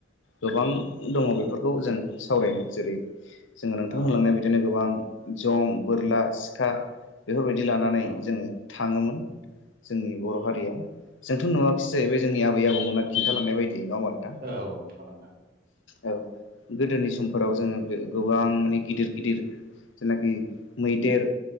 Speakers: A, on the left; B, on the right.
A: गोबां दङ बेफोर बेफोरखौ जों सावरायनो जेरै जों नोंथां
B: औ
A: होनलांनाय बायदि बिदिनो गोबां जं बोरला सिखा बेफोरबायदि लानानै
B: औ
A: जोङो थाङोमोन जोंनि बर' हारिया जोंथ' नुवाखिसै जाहैबाय जोंनि आबै आबौमोना खिन्थालांनाय बायदि नङा होमबा नोंथां
B: औ नंगौ नोंथां
A: औ गोदोनि समफोराव जोङो गोबां माने गिदिर गिदिर जेनाखि मैदेर